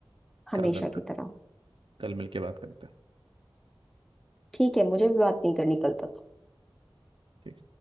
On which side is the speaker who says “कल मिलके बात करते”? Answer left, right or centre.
Right